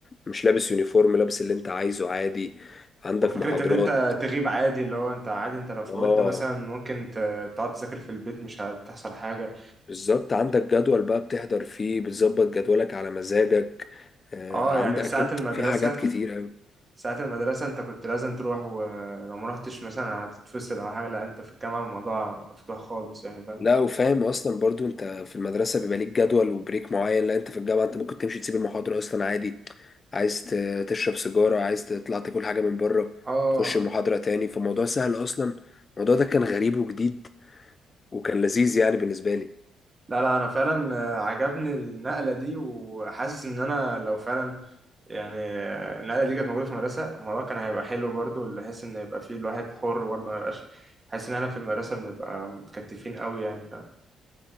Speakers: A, on the left; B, on the right.
A: مش لابس يونيفورم لابس اللي أنت عايزه عادي عندك
B: وفكرة
A: محاضرات
B: إن أنت تغيب عادي اللي هو أنت عادي أنت لو فوتت
A: آه
B: مثلا ممكن ت- تقعد تذاكر في البيت مش هتحصل حاجة
A: بالظبط عندك جدول بقى بتحضر فيه بتظبط جدولك على مزاجك آه
B: أه يعني
A: عندك
B: ساعة
A: أكيد
B: المدرسة
A: في حاجات كتير أوي
B: ساعة المدرسة أنت كنت لازم تروح ولو مرحتش مثلا هتتفصل أو حاجة لأ أنت في الجامعة الموضوع مفتوح خالص يعني فاهم
A: لا وفاهم اصلا برضو انت في المدرسه بيبقى ليك جدول وبريك معين لا انت في الجامعه انت ممكن تمشي تسيب المحاضره اصلا عادي عايز ت- تشرب سيجاره عايز تطلع تاكل حاجه من بره
B: أه
A: تخش المحاضره تاني فالموضوع سهل اصلا الموضوع ده كان غريب وجديد وكان لذيذ يعني بالنسبه لي
B: لا لا أنا فعلا آه، عجبني النقلة دي وحاسس إن أنا لو فعلا يعني آه، النقلة دي كانت موجودة في المدرسة الموضوع كان هيبقى حلو برضه اللي حس إن يبقى فيه الواحد حر برضه ما يبقاش حاسس إن أنا في المدرسة بنبقى متكتفين أوي يعني فاهم